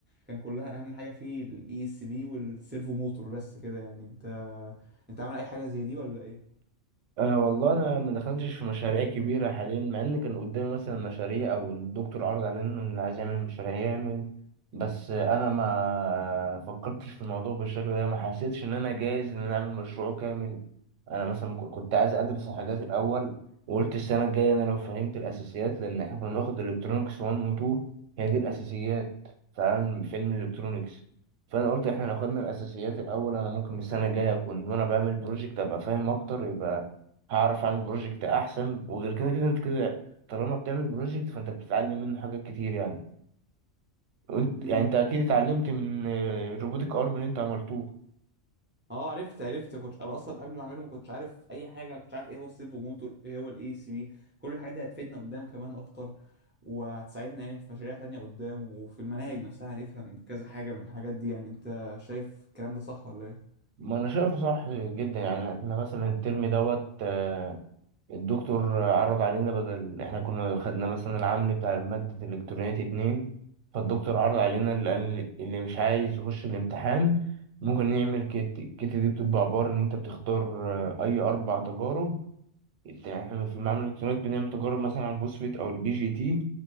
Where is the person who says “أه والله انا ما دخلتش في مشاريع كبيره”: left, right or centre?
Right